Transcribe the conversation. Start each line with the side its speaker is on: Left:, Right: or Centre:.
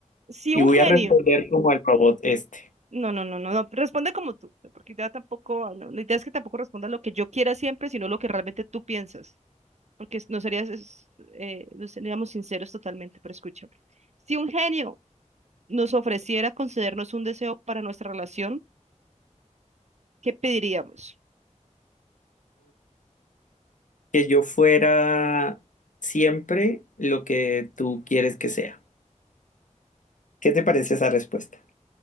Right: sí,
Left: y
Right: un
Left: voy
Right: genio.
Left: a responder como el robot este.
Right: No, no, no, no, no, responde como tú, porque ya tampoco, no, la idea es que tampoco responda lo que yo quiera siempre, sino lo que realmente tú piensas. porque es- no serías, es- eh, no seríamos sinceros totalmente, pero escúchame. Si un genio nos ofreciera concedernos un deseo para nuestra relación, ¿qué pediríamos?
Left: que yo fuera siempre lo que tú quieres que sea. ¿Qué te parece esa respuesta?